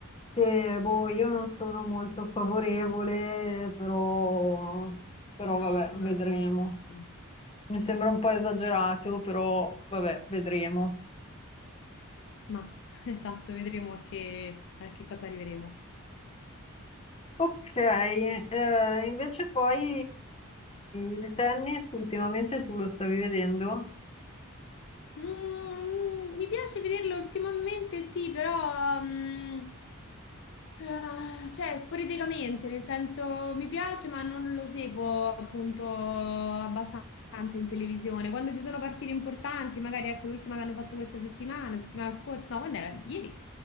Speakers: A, on the left; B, on the left.
A: che boh, io non sono molto favorevole, però, però
B: No,
A: vabbè,
B: ma
A: vedremo.
B: neanche io.
A: Mi sembra un po' esagerato, però vabbè, vedremo.
B: Ma <laughs> esatto, vedremo a che, a che cosa arriveremo.
A: Ok, eh, invece poi il tennis ultimamente tu lo stavi vedendo?
B: Mm, mi piace vederlo ultimamente, sì, però mm, ah, cioè sporadicamente, nel senso mi piace, ma non lo seguo appunto abbastanza in televisione. Quando ci sono partite importanti, magari ecco l'ultima che hanno fatto questa settimana, settimana scorsa, no, quando era? Ieri.